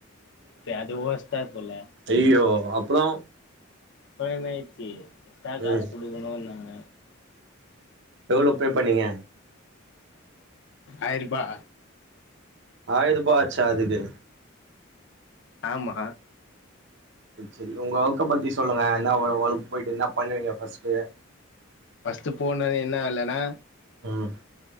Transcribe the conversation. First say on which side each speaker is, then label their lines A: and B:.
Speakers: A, on the left (about 60°); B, on the right (about 60°).
A: அது ஒடச்டார் போல
B: ஐயோ அப்புறோ
A: அப்பறம் என்ன ஆய்ச்சு எக்ஸ்டா காசு
B: ம்
A: குடுக்கணும்னாங்க
B: எவ்ளோ பே பண்ணீங்க
A: ஆயிரபா
B: ஆயிரூபா ஆச்சா அதுக்கு
A: ஆமா
B: செரி உங்க ஒர்க்க பத்தி சொல்லுங்க என்ன ஒர்க் போயிட்டு என்ன பண்ணுவீங்க ஃபஸ்ட்
A: பஸ்டு போனது என்ன வேலனா
B: உம்